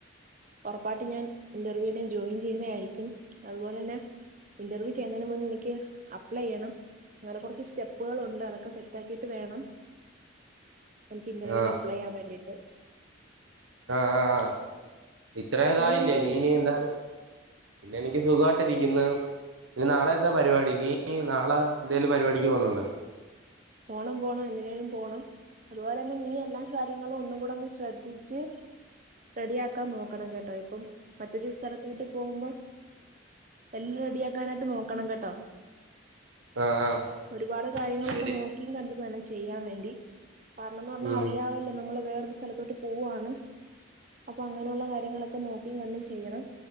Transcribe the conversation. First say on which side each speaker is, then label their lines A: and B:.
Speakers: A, on the right; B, on the right.
A: ഉറപ്പായിട്ട് ഞാൻ ഇന്റർവ്യൂന് ജോയിൻ ചെയ്യുന്ന ആയിരിക്കും അതുപോലെ തന്നെ ഇന്റർവ്യൂ ചെയ്യുന്നതിന് മുന്നെ എനിക്ക് അപ്ലൈ ചെയ്യണം അങ്ങനെ കുറച്ച് സ്റ്റെപ്പ് പ്പുകളുണ്ട് അതൊക്കെ സെറ്റ് ആക്കി കിട്ട് വേണം എനിക്ക്
B: ആഹ്
A: ഇന്റർവ്യൂവിന് അപ്ലേ ചെയ്യാൻ വേണ്ടിട്ട്
B: ആ ആ ആ ഇത്രേതായില്ലേ
A: പിന്നെ എന്തോണ്ട്
B: നീ ഇനി എന്തായാലും പിന്നെ എനിക്ക് സുഖവായിട്ടിരിക്കുന്നു ഇനി നാളെ എന്താ പരിപാടി നീ നാളെ എന്തേലും പരിപാടിക്ക് പോന്നണ്ടോ
A: പോണം പോണം എങ്ങനേലും പോണം അതുപോലെ തന്നെ നീ എല്ലാം കാര്യങ്ങളും ഒന്നുംകൂടെന്ന് ശ്രദ്ധിച്ച് റെഡിയാക്കാൻ നോ നോക്കണം കേട്ടോ ഇപ്പം മറ്റൊരു സ്ഥലത്തോട്ട് പോകുമ്പോ എല്ലാം റെഡിയ ആക്കാനായിട്ട് നോക്കണം കേട്ടോ
B: ആഹ് ആഹ്
A: ഒരുപാട് കാര്യങ്ങളൊക്കെ
B: ശരി
A: നോ കണ്ടുവേണം ചെയ്യാൻ വേണ്ടി കാരണമെന്ന് പറഞ്ഞ
B: ഉം
A: അറിയാല്ലോ നമ്മൾ വേറെ ഒരു സ്ഥലത്തോട്ട് പോവാണ് അപ്പൾ അങ്ങനെയുള്ള കാര്യങ്ങളൊക്കെ നോക്കിയും കണ്ടും ചെയ്യണം